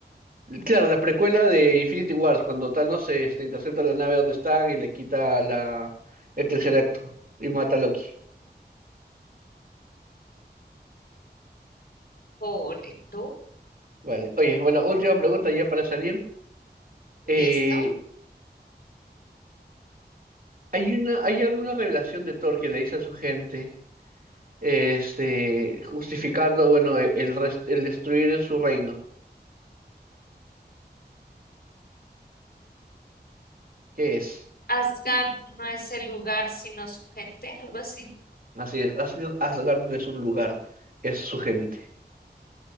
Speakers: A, on the right (about 55°); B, on the left (about 65°).
A: Claro, la precuela de Infinity Wars, cuando Thanos este, intercepta la nave donde están y les quita la... el tercer acto y mata a Loki.
B: Correcto.
A: Vale. Oye, bueno, última pregunta ya para salir. Eh,
B: Listo.
A: ¿hay una, hay alguna revelación de Thor que le dice a su gente, este, justificando, bueno, e- el, res- el destruir su reino? ¿Qué es?
B: Asgard no es el lugar, sino su gente, algo así.
A: Así es, Asgard, Asgard no es un lugar, es su gente.